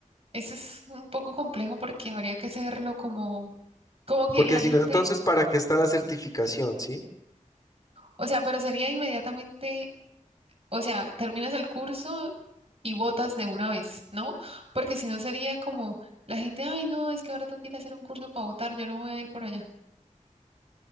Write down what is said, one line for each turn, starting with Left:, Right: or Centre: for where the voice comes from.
Right: eso es un poco complejo porque habría que hacerlo como, como que
Left: Porque
Right: la
Left: si
Right: gente,
Left: no, entonces, ¿para qué está la certificación, sí?
Right: o sea, pero sería inmediatamente, o sea, terminas el curso y votas de una vez, ¿no? Porque si no sería como la gente, ay, no, es que ahora tengo que ir a hacer un curso para votar, yo no voy a ir por allá.